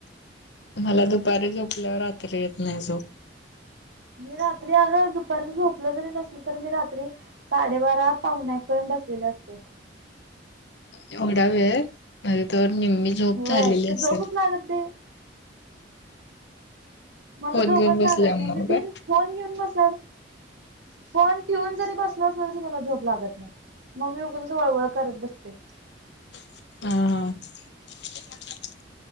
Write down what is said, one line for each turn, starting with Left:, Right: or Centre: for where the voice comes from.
Left: मला दुपारी झोपल्यावर रात्री येत नाही झोप
Right: मी रात्री अग दुपारीच झोपल जरी नसलो तरी मी रात्री साडेबारा पाउणेएक पर्यंत बसलेले असतोय.
Left: एवढा वेळ माझी तोवर निम्मी झोप
Right: होय
Left: झालेली असेल.
Right: <unintelligible> मला
Left: फोन
Right: झोपच
Left: घेऊन बसल्या
Right: लागत नाही
Left: मग
Right: मी
Left: काय?
Right: बिन फोन घेऊन बस. फोन ठेऊन जरी बसलो असलो तरी मला झोप लागत नाही. मग मी उगंचच वळवळ करत बसतय.
Left: <unintelligible>